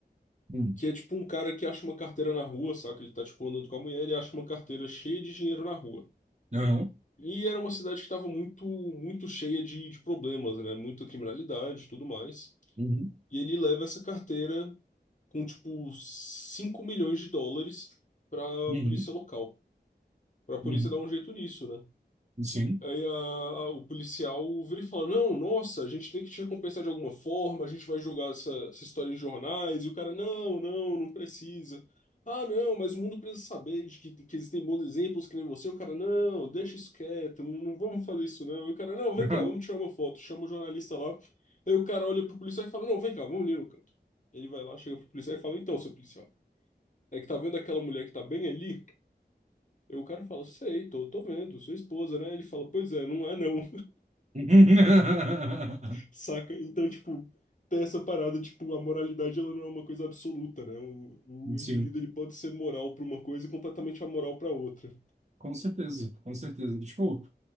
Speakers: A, on the right; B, on the left.
A: Hum.
B: Que é tipo um cara que acha uma carteira na rua, saca? Ele tá tipo andando com a mulher, ele acha uma carteira cheia de dinheiro na rua.
A: Aham.
B: E era uma cidade que estava muito, muito cheia de, de problemas, né? Muita criminalidade e tudo mais.
A: Uhum.
B: E ele leva essa carteira com tipo 5 milhões de dólares pra
A: Uhum.
B: polícia local. Pra polícia
A: Uhum.
B: dar um jeito nisso, né?
A: Sim.
B: Aí a- o policial vira e fala: Não, nossa, a gente tem que te recompensar de alguma forma, a gente vai jogar essa, essa história em jornais. E o cara: Não, não, não precisa. Ah, não, mas o mundo precisa saber de que, que existem bons exemplos que nem você. O cara: Não, deixa isso quieto, não, não vamos fazer isso não. E o cara: Não, vem
A: Aham.
B: cá, vamos tirar uma foto. Chama o jornalista lá. Aí o cara olha pro policial e fala: Não, vem cá, vamos ali no canto. Ele vai lá, chega pro policial e fala: Então, seu policial, é que tá vendo aquela mulher que tá bem ali? E o cara fala, sei, tô, tô vendo, sua esposa, né? Ele fala, pois é, não é não.
A: <laughs>
B: Saca? Então, tipo, tem essa parada, tipo, a moralidade ela não é uma coisa absoluta, né? O, o
A: Sim,
B: indivíduo ele pode ser moral para uma coisa e completamente amoral para outra.
A: com certeza, com certeza. Tipo,